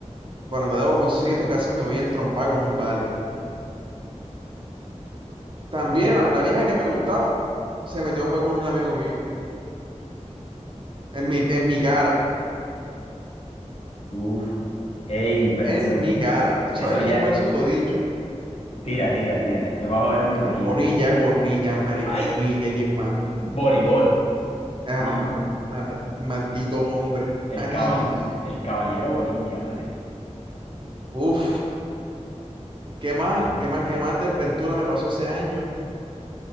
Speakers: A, on the right; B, on the left.
A: por andar de boconcito casi me voy a entrompar con un vale. También
B: Usted.
A: la, la vieja que me gustaba se metió fue con un amigo mío, en mi, en mi cara,
B: Uf. Ey, pero
A: en
B: eso,
A: mi cara. ¿Tú
B: eso
A: sabes quién
B: ya.
A: fue el susodicho?
B: Tira, tira, tira. Yo más o menos me
A: Es
B: imagino.
A: Bonilla, es Bonilla, marica,
B: ¡Ay!
A: es Bonilla, ¿quién más?
B: Borigot,
A: Ah,
B: mi,
A: ma- ma- maldito hombre.
B: el
A: <laughs>
B: caball-
A: Ay,
B: el caballero Bonilla, ¿vale?
A: uff. ¿Qué más? ¿Qué más? ¿Qué más desventura me pasó ese año?